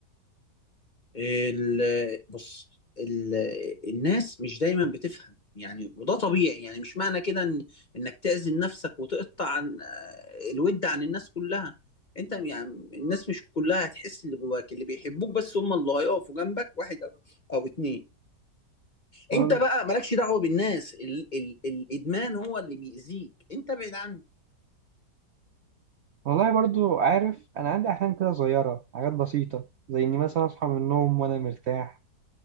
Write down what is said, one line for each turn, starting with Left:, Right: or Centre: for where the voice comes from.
Left: ال- بص ال- الناس مش دايما بتفهم يعني وده طبيعي يعني مش معنى كده إن انك تأذي نفسك وتقطع عن آه، الود عن الناس كلها انت يعني الناس مش كلها هتحس اللي جواك اللي بيحبوك بس هم اللي هيقفوا جنبك واحد او او اتنين
Right: وال-
Left: انت بقى مالكش دعوة بالناس ال ال الادمان هو اللي بيأذيك انت ابعد عنه
Right: والله برضه عارف أنا عندي أحلام كده صغيرة حاجات بسيطة زي إني مثلا أصحى من النوم وأنا مرتاح